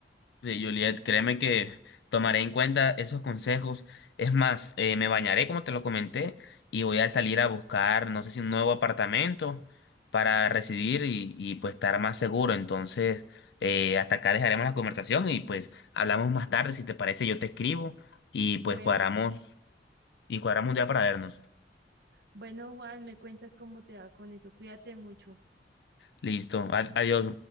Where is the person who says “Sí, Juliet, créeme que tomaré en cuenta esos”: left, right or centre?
Left